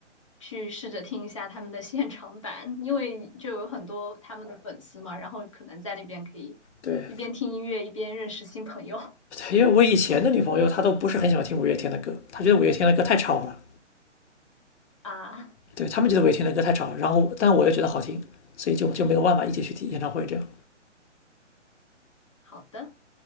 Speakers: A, on the left; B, on the left.
A: 去试着听一下他们的现场版，因为就有很多他们的粉丝嘛，然后可能在那边可以一边听音乐一边认识新朋友
B: 对，
A: <laughs>
B: 因为我以前的女朋友她都不是很喜欢听五月天的歌，她觉得五月天的歌太吵了。
A: 啊。
B: 对他们觉得我听的歌太吵，然后但我又觉得好听，所以就就没有办法一起去听演唱会这样。
A: 好的，